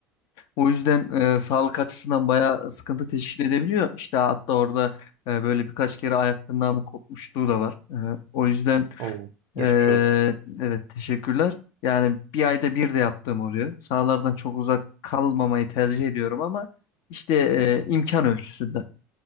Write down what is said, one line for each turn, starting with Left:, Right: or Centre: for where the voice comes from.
Left: O yüzden e, sağlık açısından bayağı sıkıntı teşkil edebiliyor. İşte hatta orada e, böyle birkaç kere ayak mı kopmuşluğu da var. E, o yüzden
Right: Oo, geçmiş
Left: e,
Right: olsun.
Left: evet teşekkürler. Yani bir ayda bir de yaptığım oluyor. Sahalardan çok uzak kalmamayı tercih ediyorum ama işte e, imkan ölçüsünde.